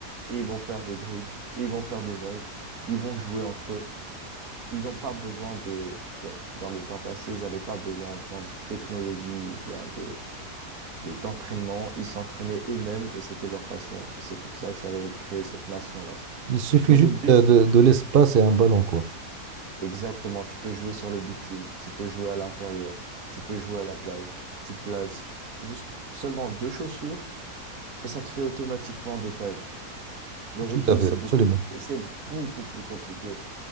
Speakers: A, on the right; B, on the right.
A: et ils vont faire des dribbles, ils vont faire des jongles, ils vont jouer entre eux. Ils n'ont pas besoin de... Bon, dans le temps passé, ils n'avaient pas besoin autant de technologie ou bien de, de- d'entraînement. Ils s'entraînaient eux-mêmes et c'était leur passion. Et c'est pour ça que ça avait créé cette nation-là.
B: il suffit
A: Le rugby,
B: juste euh, de, de l'espace et un ballon, quoi.
A: exactement, tu peux jouer sur le bitume, tu peux jouer à l'intérieur, tu peux jouer à la plage, tu places juste seulement deux chaussures et ça te fait automatiquement des cages. Le rugby,
B: Tout à fait,
A: c'est
B: absolument.
A: beaucoup, c'est beaucoup plus compliqué.